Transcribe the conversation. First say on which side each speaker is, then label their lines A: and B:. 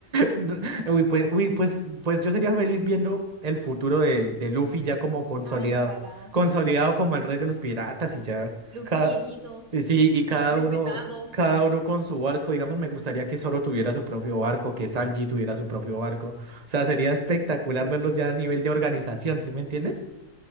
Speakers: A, on the right; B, on the right.
A: No, Uy, pues, uy, pues, pues yo sería feliz viendo el futuro de, de Luffy ya como consolidado,
B: Ay, ojalá.
A: consolidado como el rey de los piratas y ya
B: Luffy
A: cada,
B: viejito,
A: y sí, y cada
B: respetado.
A: uno, cada uno con su barco. Digamos, me gustaría que Zoro tuviera su propio barco, que Sanji tuviera su propio barco. O sea, sería espectacular verlos ya a nivel de organización, ¿sí me entiendes?